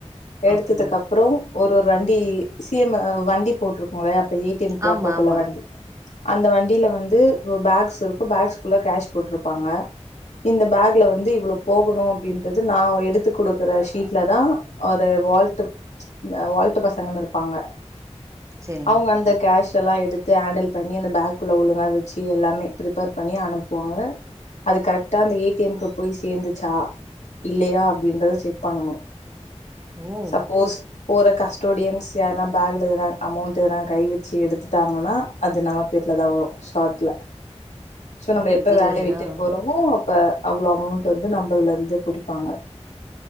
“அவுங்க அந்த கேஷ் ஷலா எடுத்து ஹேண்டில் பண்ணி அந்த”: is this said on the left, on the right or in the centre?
Left